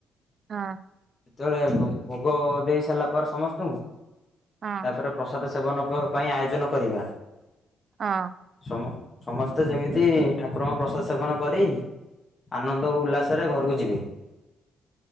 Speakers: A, on the right; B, on the left.
A: ହଁ
B: ତେବେଳେ ଭୋଗ ଦେଇ ସାରିଲା ପରେ ସମସ୍ତଙ୍କୁ।
A: ହଁ।
B: ତାପରେ ପ୍ରସାଦ ସେ ସେବନ ପ ପାଇଁ ଆୟୋଜନ କରିବା।
A: ହଁ
B: ମ ସମସ୍ତେ ଯେମିତି ଠାକୁରଙ୍କ ପ୍ରସାଦ ସେବନ କରି ଆନନ୍ଦ ଓ ଉଲ୍ଲାସରେ ଘରକୁ ଯିବେ।